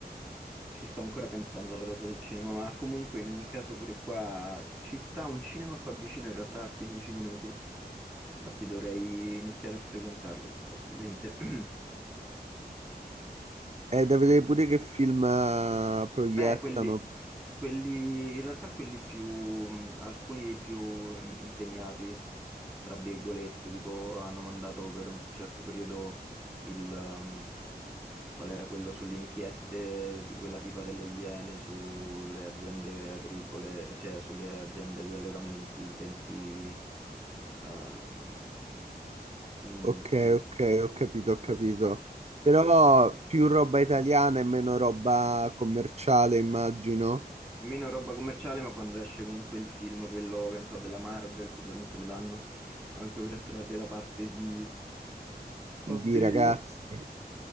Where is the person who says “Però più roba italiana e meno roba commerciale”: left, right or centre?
Right